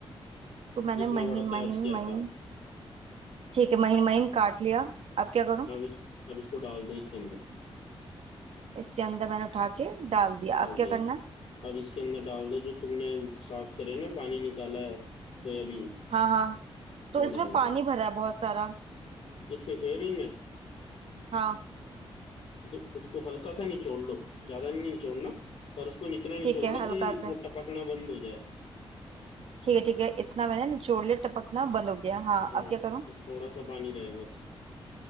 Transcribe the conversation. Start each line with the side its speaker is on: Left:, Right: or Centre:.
Right: तो मैंने
Left: जितना
Right: महीन
Left: बड़ा
Right: महीन
Left: प्याज किया
Right: महीन
Left: था
Right: ठीक है महीन महीन काट लिया अब क्या करूं
Left: अब इस अब इसको डाल दो इसके अंदर
Right: इसके अंदर मैंने उठा के डाल दिया
Left: डाल
Right: अब क्या
Left: दिया
Right: करना है
Left: अब इसके अंदर डाल दो जो तुमने साफ करे ना पानी निकाला है सोयाबीन्स
Right: हाँ हाँ तो
Left: वो
Right: इसमें
Left: डाल
Right: पानी
Left: दो
Right: भरा है बहुत सारा
Left: किसमें सोयाबीन में
Right: हाँ
Left: तो उसको हल्का सा निचोड़ लो ज्यादा नहीं निचोड़ना पर उसको इतना
Right: ठीक
Left: निचोड़
Right: है
Left: लो
Right: हल्का
Left: कि
Right: सा
Left: वो टपकना बंद हो जाए
Right: ठीक है ठीक है इतना मैंने निचोड़ लिया टपकना बंद हो गया हाँ
Left: हाँ
Right: अब क्या करूं
Left: उसमें थोड़ा सा पानी रहे बस